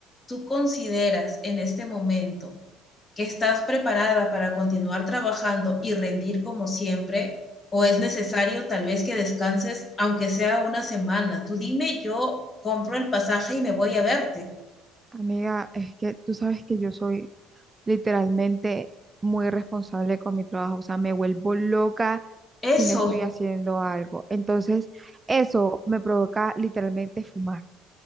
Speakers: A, on the left; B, on the right.
A: ¿tú consideras en este momento que estás preparada para continuar trabajando y rendir como siempre? ¿O es necesario tal vez que descanses, aunque sea una semana? Tú dime, yo compro el pasaje y me voy a verte.
B: Amiga, es que tú sabes que yo soy literalmente muy responsable con mi trabajo, o sea, me vuelvo loca si
A: Eso,
B: no estoy haciendo algo. Entonces, eso me provoca literalmente fumar.